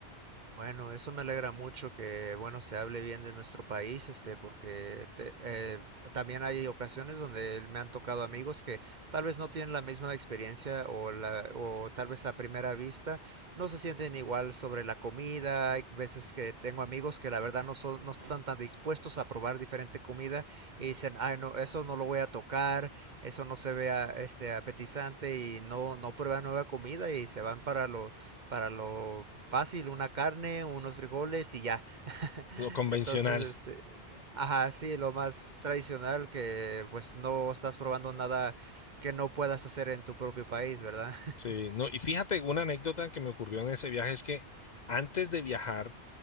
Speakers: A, on the right; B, on the left.
A: Bueno, eso me alegra mucho que, bueno, se hable bien de nuestro país, este, porque te- eh, también hay ocasiones donde me han tocado amigos que tal vez no tienen la misma experiencia o la, o tal vez a primera vista no se sienten igual sobre la comida. Hay veces que tengo amigos que la verdad no son, no están tan dispuestos a probar diferente comida y dicen, ay, no, eso no lo voy a tocar, eso no se vea, este, apetizante y no, no prueban nueva comida y se van para lo para lo fácil, una carne, unos frijoles y ya. <laughs>
B: Lo convencional.
A: Entonces, este, ajá, sí, lo más tradicional que pues no estás probando nada que no puedas hacer en tu propio país, ¿verdad? <laughs>
B: Sí, no, y fíjate, una anécdota que me ocurrió en ese viaje es que antes de viajar